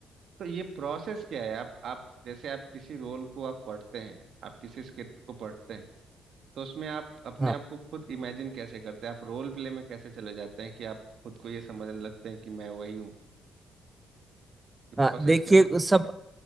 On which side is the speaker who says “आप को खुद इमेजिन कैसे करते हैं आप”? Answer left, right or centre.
Right